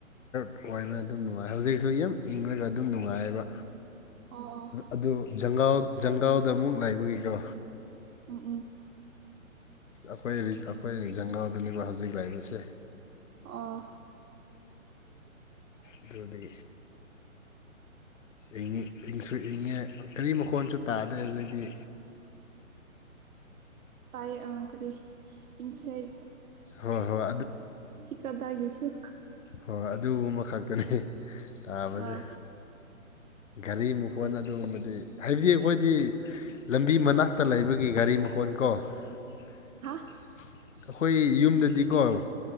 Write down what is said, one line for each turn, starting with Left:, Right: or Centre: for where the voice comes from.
Left: ꯑꯣꯏꯕꯅ ꯑꯗꯨꯝ ꯅꯨꯡꯉꯥꯏ ꯍꯧꯖꯤꯛꯁꯨ ꯌꯥꯝ ꯏꯪꯉꯒ ꯑꯗꯨꯝ ꯅꯨꯡꯉꯥꯏꯕ
Right: ꯑꯣ ꯑꯣ
Left: ꯑꯗꯨ ꯖꯪꯒꯥꯜꯗ ꯑꯃꯨꯛ ꯂꯥꯏꯕꯒꯤꯀꯣ
Right: ꯎꯝ ꯎꯝ
Left: ꯑꯩꯈꯣꯏ ꯑꯩꯈꯣꯏ ꯖꯪꯒꯜꯗꯅꯦꯕ ꯍꯧꯖꯤꯛ ꯂꯥꯛꯏꯕꯁꯦ
Right: ꯑ
Left: ꯑꯗꯨꯗꯤ
Right: ꯑ
Left: ꯏꯤ ꯏꯪꯁꯨ ꯏꯉꯦ ꯀꯔꯤ ꯃꯈꯣꯟꯁꯨ ꯇꯥꯗꯦ ꯍꯧꯩꯗꯤ
Right: ꯇꯥꯏ ꯑ ꯀꯔꯤ ꯏꯟꯁꯥꯏ
Left: ꯍꯣꯏ ꯍꯣꯏ
Right: ꯁꯤꯀꯗꯒꯦꯁꯨꯣ
Left: ꯍꯣꯏꯣꯏ ꯑꯗꯨ ꯑꯃꯈꯛꯇꯅꯤ ꯇꯥꯕꯁꯦ
Right: ꯑ
Left: ꯘꯔꯤ ꯃꯈꯣꯟ ꯑꯗꯨꯒꯨꯝꯕꯗꯤ ꯍꯥꯏꯕꯗꯤ ꯑꯩꯈꯣꯏꯗꯤ ꯂꯝꯕꯤ ꯃꯅꯥꯛꯇ ꯂꯩꯕꯒꯤ ꯒꯥꯔꯤ ꯃꯈꯣꯟ ꯀꯣ ꯑꯩꯈꯣꯏ
Right: ꯍꯥ
Left: ꯌꯨꯝꯗꯗꯤꯀꯣ